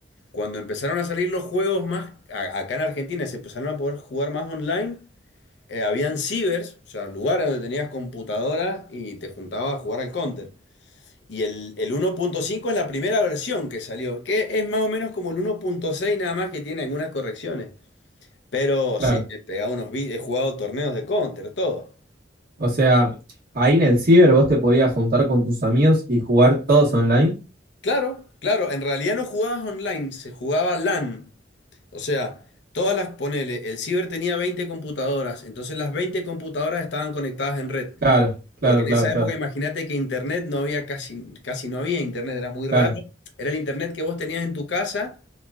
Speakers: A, on the left (about 65°); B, on the right (about 50°).
A: Cuando empezaron a salir los juegos más a- acá en Argentina, se empezaron a poder jugar más online. eh, habían cibers, o sea, lugares donde tenías computadoras y te juntabas a jugar al Counter. Y el, el 1.5 es la primera versión que salió, que es más o menos como el 1.6 nada más que tiene algunas correcciones. Pero
B: Claro.
A: sí, he pegado unos vi- he jugado torneos de Counter, todo.
B: O sea, ahí en el ciber vos te podías juntar con tus amigos y jugar todos online.
A: Claro, claro, en realidad no jugabas online, se jugaba LAN. O sea, todas las, ponele, el Ciber tenía 20 computadoras, entonces las 20 computadoras estaban conectadas en red.
B: Claro, claro,
A: Porque en
B: claro,
A: esa
B: claro,
A: época imagínate que internet no había casi, casi no había internet, era muy
B: claro,
A: raro. Era el internet que vos tenías en tu casa